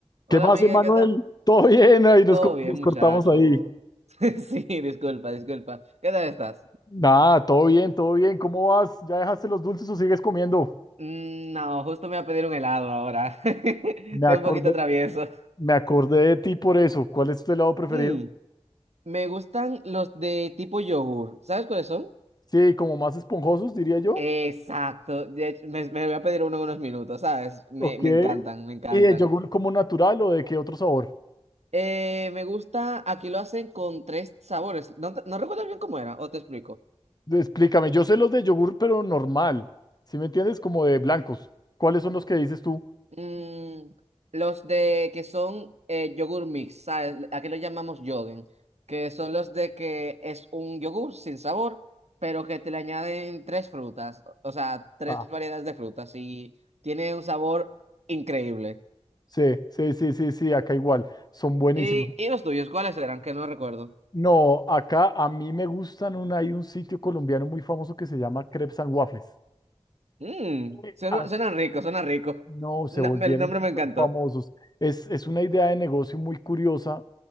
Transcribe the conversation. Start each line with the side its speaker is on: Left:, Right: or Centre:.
Right: Hola
Left: ¿Qué más,
Right: amiga,
Left: Emanuel?
Right: ¿qué tal?
Left: Todo bien, ahí nos,
Right: Todo
Left: co-
Right: bien,
Left: nos
Right: muchacho.
Left: cortamos ahí.
Right: <laughs> Sí, disculpa, disculpa. ¿Qué tal estás?
Left: Nada, todo bien, todo bien. ¿Cómo vas? ¿Ya dejaste los dulces o sigues comiendo?
Right: Mm, No, justo me voy a pedir un helado ahora. <laughs> Estoy
Left: Me acordé,
Right: un poquito travieso.
Left: me acordé de ti por eso. ¿Cuál es tu helado preferido?
Right: Mm, me gustan los de tipo yogur. ¿Sabes cuáles son?
Left: Sí, como más esponjosos, diría yo.
Right: Exacto. de hecho, me, me voy a pedir uno en unos minutos, ¿sabes? Me,
Left: Ok.
Right: me encantan, me encantan.
Left: ¿Y de yogur como natural o de qué otro sabor?
Right: Eh, me gusta, aquí lo hacen con tres sabores. No, te- no recuerdo bien cómo era, o te explico.
Left: Explícame, yo sé los de yogur, pero normal. ¿Sí me entiendes? Como de blancos. ¿Cuáles son los que dices tú?
Right: Mm, los de que son eh, yogur mix, ¿sabes? Aquí lo llamamos yogen, que son los de que es un yogur sin sabor, pero que te le añaden tres frutas, o o sea, tres
Left: Ah,
Right: variedades de frutas y tiene un sabor increíble.
Left: sí, sí, sí, sí, sí, acá igual. Son buenísimos.
Right: ¿Y, y los tuyos, cuáles eran? Que no recuerdo.
Left: No, acá a mí me gustan, un, hay un sitio colombiano muy famoso que se llama Crepes and Waffles.
Right: Mm,
Left: Eh,
Right: suena,
Left: as-
Right: suena rico, suena rico.
Left: No,
Right: Na-
Left: se volvieron
Right: el nombre
Left: súper
Right: me encantó.
Left: famosos. Es, es una idea de negocio muy curiosa.